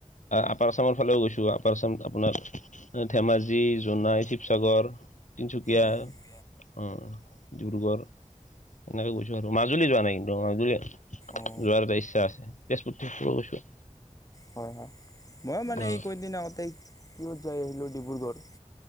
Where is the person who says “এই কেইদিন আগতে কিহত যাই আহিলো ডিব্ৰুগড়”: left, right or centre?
Left